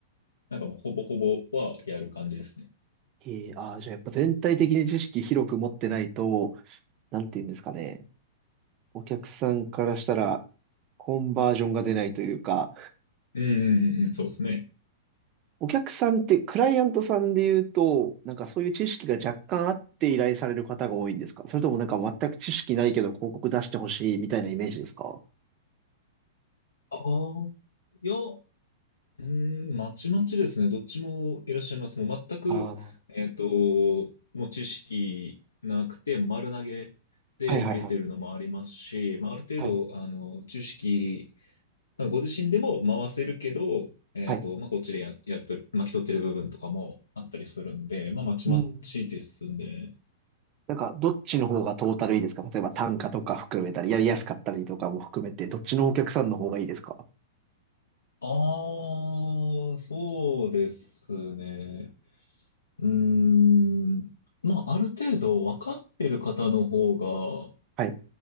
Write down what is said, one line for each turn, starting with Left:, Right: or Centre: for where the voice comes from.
Left: なんかもうほぼほぼはやる感じですね。
Right: ええ、ああ、じゃあやっぱ全体的に知識広く持ってないと、なんて言うんですかね。お客さんからしたらコンバージョンが出ないというか、
Left: うんうんうんうん、そうですね。
Right: お客さんって、クライアントさんで言うと、なんかそういう知識が若干あって依頼される方が多いんですかそれともなんか全く知識ないけど広告出してほしいみたいなイメージですか
Left: ああ、いや、うーん、まちまちですね。どっちもいらっしゃいます。もう全く、
Right: ああー、
Left: えっと、もう知識なくて丸投げで受けてるのもありますし、
Right: はいはいはい。
Left: まあ、ある程度、
Right: はい。
Left: あの、知識、まあご自身でも回せるけど、えっと、
Right: はい。
Left: まあ、こっちでや、やっとる、巻き取ってる部分とかもあったりするんで、まあ、まちまちですね。
Right: うん。なんか、どっちの方がトータルいいですか例えば単価とか含めたり、やりやすかったりとかも含めて、どっちのお客さんの方がいいですか
Left: ああ、そうですね。うーん。まあ、ある程度分かってる方の方が、
Right: はい。